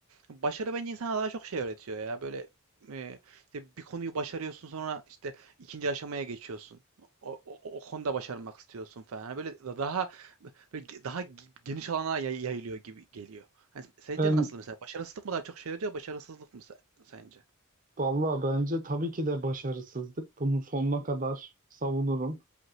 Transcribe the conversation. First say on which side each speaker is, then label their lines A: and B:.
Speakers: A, on the right; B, on the right.
A: Başarı bence insana daha çok şey öğretiyor ya. Böyle e, işte bir konuyu başarıyorsun sonra işte ikinci aşamaya geçiyorsun. O, o, o konuda başarmak istiyorsun falan. Hani böyle da- daha böyle ge- daha ge- geniş alana yay- yayılıyor gibi geliyor. Hani sence
B: Ben
A: nasıl mesela? Başarısızlık mı daha çok şey öğretiyor, başarısızlık mı se- sence?
B: valla bence tabii ki de başarısızlık. Bunu sonuna kadar savunurum.